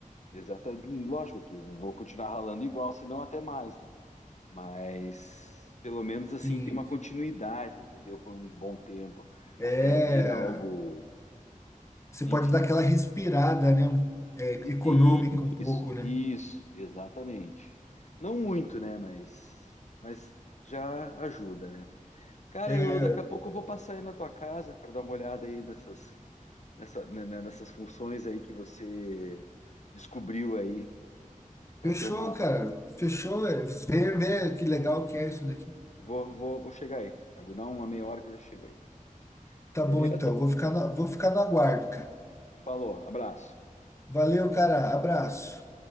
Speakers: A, on the left; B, on the left.
A: exatamente. Lógico que vou continuar ralando igual, senão até mais, né? Mas pelo menos assim
B: Sim,
A: tem uma continuidade, entendeu? Por um bom tempo,
B: é.
A: até vir algo,
B: Você
A: enfim.
B: pode dar aquela respirada, né? um- É,
A: Um-
B: econômica
A: e-
B: um pouco,
A: Isso,
B: né?
A: isso, exatamente. Não muito, né? Mas, mas já ajuda, né? Cara,
B: É,
A: eu daqui a pouco eu vou passar aí na tua casa para dar uma olhada aí nessas, nessa, né, né, nessas funções aí que você descobriu aí para
B: fechou,
A: ter uma.
B: cara. Fechou. É, vê, vê que legal que é isso daqui.
A: Vou, vou, vou chegar aí. Dá uma meia hora que eu já chego aí.
B: Tá
A: Beleza?
B: bom, então. Vou ficar no, vou ficar no aguardo, cara.
A: Falou, abraço.
B: Valeu, cara. Abraço.